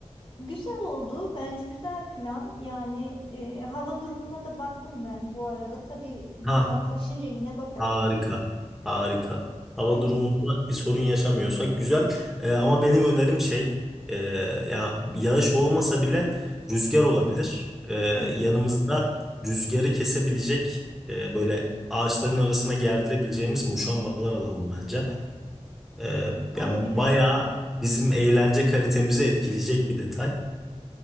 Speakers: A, on the left; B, in the centre.
A: Güzel oldu. Bence güzel plan. Yani e, hava durumuna da baktım ben bu arada. Tabii gün
B: Ha
A: yaklaşınca yine bakarız.
B: Harika. Harika. Hava
A: Aynen.
B: durumunda bir sorun yaşamıyorsak güzel. Ee, ama benim önerim şey e, ya yağış olmasa bile rüzgar olabilir. Ee,
A: Evet,
B: yanımızda rüzgarı kesebilecek e, böyle ağaçların arasına gerdirebileceğimiz muşambalar alalım bence. Ee,
A: olabilir.
B: yani bu bayağı bizim eğlence kalitemizi etkileyecek bir detay.